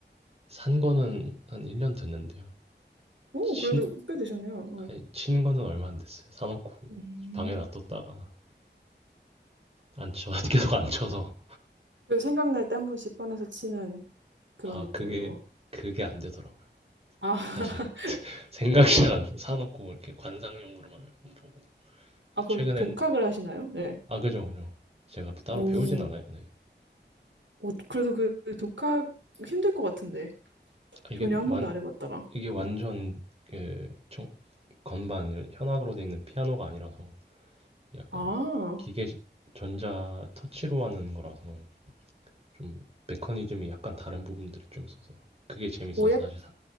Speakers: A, on the right; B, on the right.
A: 산 거는 한 1년 됐는데요.
B: 오,
A: 친
B: 그래도 꽤 되셨네요. 어.
A: 아니 친 거는 얼마 안 됐어요. 사 놓고
B: 음.
A: 방에 놔뒀다가 안 쳐 <laughs> 계속 안 쳐서
B: 그래서 생각날 때 한 번씩 꺼내서 치는 그런
A: 아
B: 느낌으로.
A: 그게 그게 안 되더라고요
B: 아,
A: 사실.
B: <laughs>
A: <laughs> 생각이 잘 안 나. 사 놓고 이렇게 관상용으로만 몇 번 보고
B: 아, 그럼
A: 최근엔
B: 독학을 하시나요? 네.
A: 아 그죠, 그죠. 제가 뭐 따로
B: 오,
A: 배우진 않아요. 네.
B: 어, 그래도 그 독학 힘들 것 같은데.
A: 아,
B: 전혀
A: 이게
B: 한
A: 완
B: 번도 안 해봤다가.
A: 이게 완전
B: 응.
A: 그 정- 건반 이런 현악으로 돼 있는 피아노가 아니라서 약간
B: 아,
A: 기계 전자 터치로 하는 거라서 좀 메커니즘이 약간 다른 부분들이 좀 있어서 그게 재밌어서
B: 오, 약,
A: 사실 사-